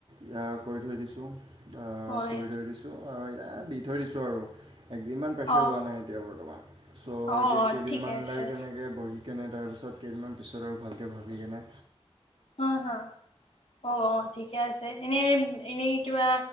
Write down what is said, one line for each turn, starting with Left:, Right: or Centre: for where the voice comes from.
Right: ইয়া কৰি থৈ দিছোঁ আহ
Left: হয়
Right: কৰি থৈ দিছো অ ইায়াত দি থৈ দিছোঁ আৰু আজি ইমান প্ৰেচাৰ
Left: অ
Right: লোৱা নাই এতিয়া বৰ্তমান চ'
Left: অ
Right: এই
Left: অ
Right: কেইদিনমান
Left: ঠিকে আছে
Right: লাগ এনেকে বহি কেনে তাৰপিছত কেইদিনমান পিছত আৰু ভালকৈ ভাবি কিনে
Left: হা হা অ অ ঠিকে আছে এনেই এনেই কিবা